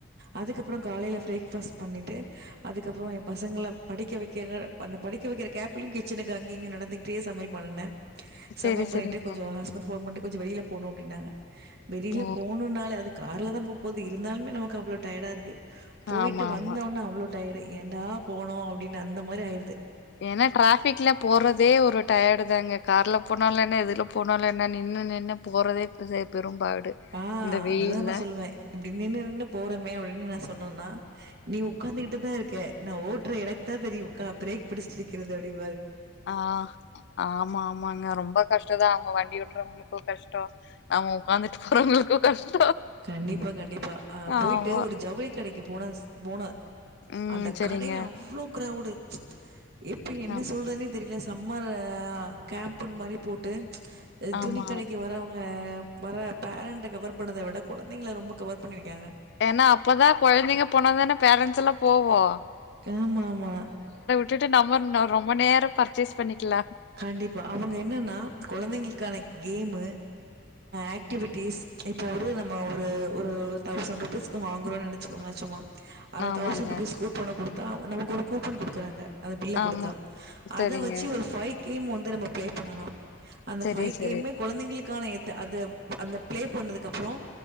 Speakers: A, on the right (about 55°); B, on the left (about 60°).
A: அதுக்கு அப்ற காலைல ஃப்ரேக்பஸ்ட் பண்ணிட்டு அதுக்கப்ற எப் பசங்கள படிக்க வைக்கிறங்க அந்த படிக்க வைக்கிற கேப்லையு கிச்சனுக்கு அங்கெ இங்கெ நடந்துக்கிட்டே சமையல் பண்ணுனே சமையல்
B: செரி
A: பண்ணிட்டு
B: செரிங்க
A: கொஞ்சம் ஹஸ்பண்ட் போன் பண்ட்டு கொஞ்சம் வெயில்ல போனும் அப்பிடின்னாங்க வெளில
B: ஓ
A: போனுனால அதுக் கார்ல தா போப்போது இருந்தாலுமே நமக்கு அவ்ளோ டயர்டா இருக்கு போயிட்டு
B: ஆமா
A: வந்தோன்னா
B: ஆமா
A: அவ்ளோ டைடு ஏன்டா போனோம் அப்படின்னு அந்த மாரி ஆயிருது
B: ஏன்னா டிராஃபிக்ல போறதே ஒரு டயர்டு தாங்க கார்ல போனாலும் என்ன எதுல போனாலும் என்ன நின்னு நின்னு போறதே பெரும்பாடு
A: ஆஹ்
B: இந்த வெயில்ல
A: அதுதா நா சொல்லுவே இப்டி நின்னு நின்னு போறமே அப்டின்னு நா சொ இப்ப என்னனா நீ உக்காந்துக்கிட்டு தா இருக்க நா ஓட்ற எனக்கு தா தெரியு உக்கா பிரேக் பிடிச்சிட்டு இருக்கிறது அப்டின்
B: ஆஹ் ஆமா ஆமாங்க ரொம்ப கஷ்ட தா அவ்ங்க வண் வண்டி ஓட்டுறவுங்குளுக்கு கஷ்டோம் நம்ம உக்காந்துட்டு போறவுங்குளுக்கும் கஷ்டம்
A: கண்டிப்பா கண்டிப்பா ஆ போயிட்டு
B: ஆமா
A: ஒரு ஜவுளிக் கடைக் கி போனஸ் போன
B: ம்
A: அந்த
B: சரிங்க
A: கடைல அவ்வுளோ க்ரௌவுடு எப்ரி என்ன
B: ஆ
A: சொல்றத்னே தெரிய்லஸ் தம்மரே கேம்ப்புன் மரிப் போட்டு
B: ஆமா
A: துணி கடைக்கு வரவ்ங் வர பேரண்ட கவர் பண்ணத விட கொலந்தைங்ள ரொம்ப கவர் பின்னி வெக்கியாங்க
B: ஏன்னா அப்பதா கொழந்தைங்க போனதான பேரன்ஸ் எல்லா போவோ
A: கே மாமா
B: டுடு நம்மர் நோ ரொம்ப நேர பர்ச்சேஸ் பண்ணிக்கிலா
A: கண்டிபா அவுங்க என்னனா கொலந்தைங்ளுக்கான கேமு ஆக்டிவிட்டிஸ் இப்ப ஒரு நம்ம ஒரு ஒரு தௌசண் ருபீஸ்க்கு வாங்குறோ நெனச்சுகோங்ளே சும்மா அனா
B: ஆமாங்க
A: தௌசண் பிஸ் கூப்பனோ குடுத் தாவ் நமக் ஒரு கூப்பன் குடுக்குறாங்க அத பில்ல
B: ஆமா
A: குடுத்தா
B: சரிங்க
A: அத வச்சு ஒரு ஃபை கேம் வந்து நம்ம ப்ளே பண்ணலா அந்த
B: சரி
A: ஃபை
B: சரி
A: கேம்மே கொலந்தைங்ளுக்கான எத் அத அந்த ப்ளே பண்ணதுக் அப்றோ